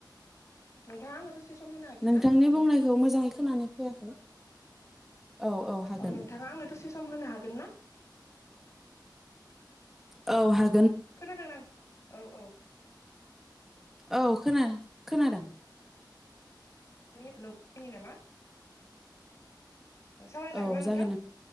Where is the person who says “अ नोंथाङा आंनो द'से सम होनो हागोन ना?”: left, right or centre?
Left